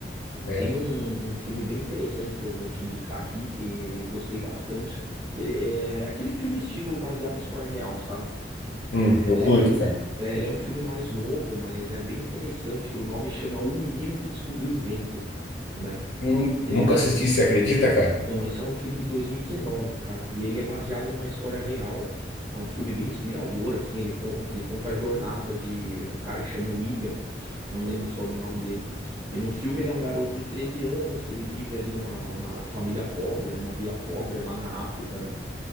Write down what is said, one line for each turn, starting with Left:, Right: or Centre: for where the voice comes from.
Left: É.
Right: Tem um, um filme bem interessante que eu vou te indicar aqui, que eu gostei bastante. Ele é aquele filme estilo baseado em história real, sabe?
Left: Hum,
Right: É,
Left: eu curto,
Right: ele é um filme,
Left: cara.
Right: é, ele é um filme mais novo, mas é bem interessante. O nome chama O Menino que Descobriu o Vento, né?
Left: Hum,
Right: Ele
Left: nunca
Right: é um,
Left: assisti, você acredita, cara?
Right: então, esse é um filme de 2019, cara, e ele é baseado numa história real. É um filme bem inspirador, assim, ele, con- ele conta a jornada de um cara que chama William, não lembro o sobrenome dele. E no filme ele é um garoto de 13 anos que ele vive ali numa uma família pobre, numa vila pobre é lá na África, né?